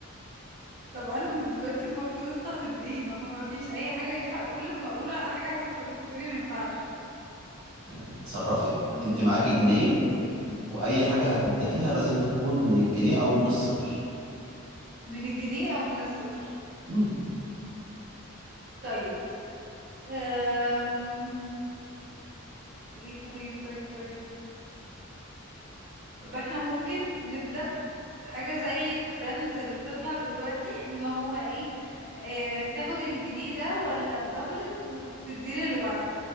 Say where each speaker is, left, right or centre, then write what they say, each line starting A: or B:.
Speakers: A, on the right; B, on the right.
A: طب انا دلوقتي المفروض استخدم ايه ما هو ما فيش اي حاجة ينفع كل ما اقول على حاجة هستخدمها تقولي ما ينفعش
B: يعني اتصرفي
A: مم،
B: انت معاكي جنيه واي حاجه هتبدايها لازم تكون من الجنيه او من الصفر
A: من الجنيه او من الصفر
B: امم
A: طيب أم... ايه طيب طيب طيب طب احنا ممكن نبدأ حاجة زي الترندز اللي بتطلع دلوقتي ان هو ايه اه تاخد الجنيه ده ولا الدبلت وتديه للي بعدك